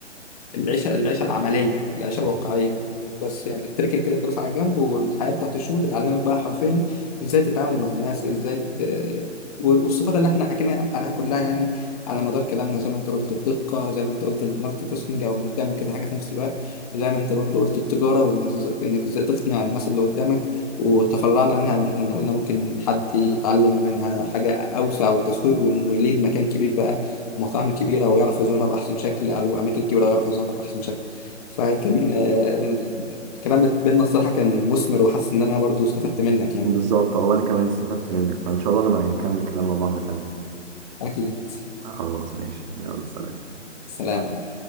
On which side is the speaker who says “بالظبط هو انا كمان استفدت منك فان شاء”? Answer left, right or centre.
Right